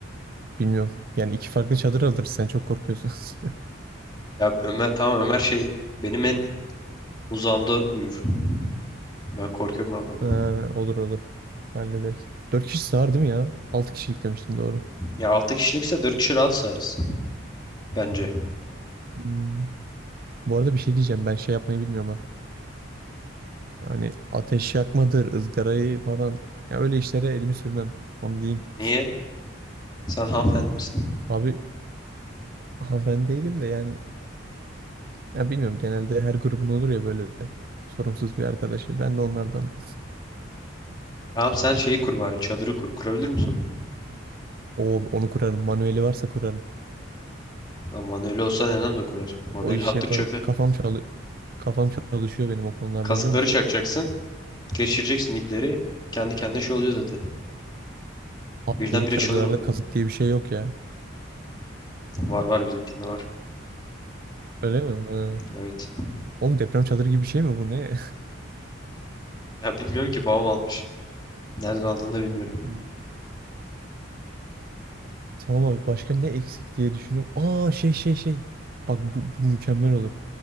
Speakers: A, on the right; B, on the left.
A: bilmiyorum. Yani iki farklı çadır alırız sen çok korkuyorsan. <laughs>
B: Ya Ömer tamam Ömer şey benim en uzağımda uyur. Ben korkuyorum abi ondan.
A: Ha, olur olur. Hallederiz. Dört kişi sığar değil mi ya? Altı kişilik demiştin doğru.
B: Ya 6 kişilikse 4 kişi rahat sığarız. Bence.
A: Hmm. Bu arada bir şey diyeceğim. Ben şey yapmayı bilmiyorum ha. Ee, hani ateş yakmadır, ızgarayı falan. Ya öyle işlere elimi sürmem. Onu diyeyim.
B: Niye? Sen hanımefendi misin?
A: Abi ha ben değilim de yani ya bilmiyorum genelde her grubun olur ya böyle sorumsuz bir arkadaşı. Ben de onlardan.
B: Tamam sen şeyi kur bari çadırı kur. Kurabilir misin onu?
A: O onu kurarım. Manueli varsa kurarım.
B: Lan manueli olsa nenem de kurar. Manueli
A: O işi
B: attık
A: yaparım.
B: çöpe.
A: Kafam çalı kafam çalışıyor benim o konularda
B: Kazıkları
A: biliyor musun?
B: çakacaksın. Geçireceksin ipleri. Kendi kendine şey oluyor zaten.
A: Abi
B: Birdenbire
A: yeni çadırlarda
B: çadır oluyor.
A: kazık diye bir şey yok ya.
B: Var var bizimkinde var.
A: Öyle mi? Ha.
B: Evet.
A: Oğlum deprem çadırı gibi bir şey mi bu ne?
B: Ya bilmiyorum ki babam almış. Nereden aldığını da bilmiyorum.
A: <laughs> Tamam abi başka ne eksik diye düşünüyorum. Aa şey şey şey. Bak bu, bu mükemmel olur.